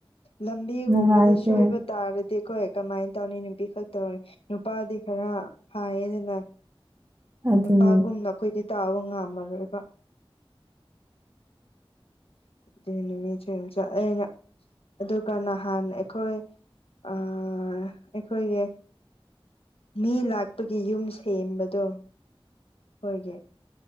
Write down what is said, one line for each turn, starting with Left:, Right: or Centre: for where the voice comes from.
Left: ꯂꯝꯕꯤꯒꯨꯝꯕꯗ
Right: ꯅꯨꯡꯉꯥꯏꯇꯦ
Left: ꯁꯣꯏꯕ ꯇꯥꯔꯗꯤ ꯑꯩꯈꯣꯏ ꯀꯃꯥꯏ ꯇꯧꯅꯤ ꯅꯨꯄꯤꯈꯛ ꯇꯧꯏ ꯅꯨꯄꯥꯗꯤ ꯈꯔ ꯐꯥꯏꯌꯦꯗꯅ
Right: ꯑꯗꯨꯅꯦ
Left: ꯅꯨꯄꯥꯒꯨꯝꯅ ꯑꯩꯈꯣꯏꯗꯤ ꯇꯥꯎꯕ ꯉꯝꯃꯔꯣꯏꯕ
Right: <inaudible>
Left: <unintelligible> ꯑꯗꯨꯒ ꯅꯍꯥꯟ ꯑꯩꯈꯣꯏ ꯑꯥ ꯑꯩꯈꯣꯏꯒꯤ ꯃꯤ ꯂꯥꯛꯄꯒꯤ ꯌꯨꯝ ꯁꯦꯝꯕꯗꯨ ꯑꯩꯈꯣꯏꯒꯤ